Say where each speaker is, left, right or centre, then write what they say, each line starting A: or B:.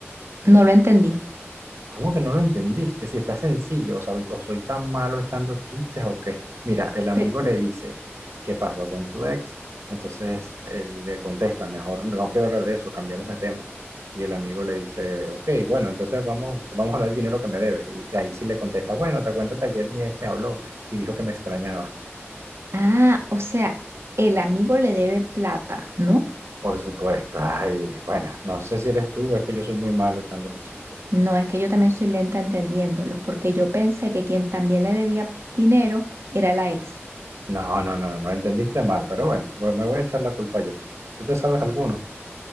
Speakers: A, on the right; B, on the right.
A: No lo entendí.
B: ¿Cómo que no lo entendiste? Si está sencillo, o, soy- o soy tan malo echando chistes o qué. Mira, el amigo
A: Pero,
B: le dice, ¿qué pasó con tu ex? Entonces él le contesta, mejor no quiero hablar de eso, cambiamos de tema. Y el amigo le dice, ok, bueno, entonces vamos, vamos a hablar del dinero que me debes. Y ahí sí le contesta, bueno, te cuento que ayer mi ex me habló y dijo que me extrañaba.
A: ah, o sea, el amigo le debe plata, ¿no?
B: Por supuesto. Ay, bueno, no sé si eres tú o es que yo soy muy malo echando los chistes.
A: No, es que yo también soy lenta entendiéndolos, porque yo pensé que quien también le debía dinero era la ex.
B: No, no, no, no, no entendiste mal, pero bueno, bueno, me voy a echar la culpa yo. ¿Tú te sabes alguno?